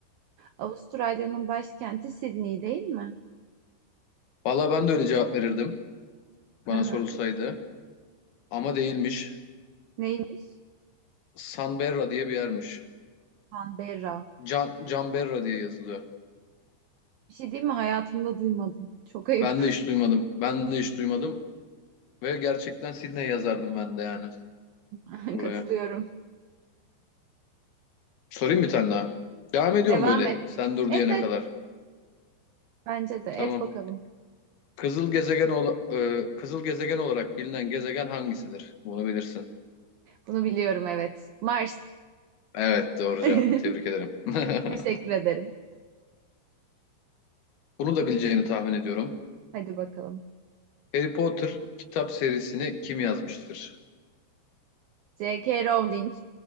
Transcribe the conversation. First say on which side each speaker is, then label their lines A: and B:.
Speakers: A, on the right; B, on the left.
A: Avustralya'nın başkenti Sydney değil mi?
B: Valla ben de öyle cevap verirdim bana
A: Hı hı.
B: sorulsaydı. Ama değilmiş.
A: Neymiş?
B: Canberra diye bir yermiş.
A: Canberra.
B: Can, Canberra diye yazılıyor.
A: Bir şey değil mi? Hayatımda duymadım. Çok ayıp.
B: Ben de hiç duymadım. Ben de hiç duymadım. Ve gerçekten Sydney yazardım ben de yani
A: <laughs>
B: buraya.
A: Katılıyorum.
B: Sorayım bir tane daha. Devam ediyorum
A: Devam
B: böyle.
A: et.
B: Sen dur
A: Et
B: diyene
A: et.
B: kadar.
A: Bence de et
B: Tamam.
A: bakalım.
B: Kızıl gezegen ola- e, kızıl gezegen olarak bilinen gezegen hangisidir? Bunu bilirsin.
A: Bunu biliyorum evet. Mars.
B: Evet doğru
A: <laughs>
B: cevap. Tebrik ederim. <laughs>
A: Teşekkür ederim.
B: Bunu da bileceğini tahmin ediyorum.
A: Hadi bakalım.
B: Harry Potter kitap serisini kim yazmıştır?
A: J.K. Rowling.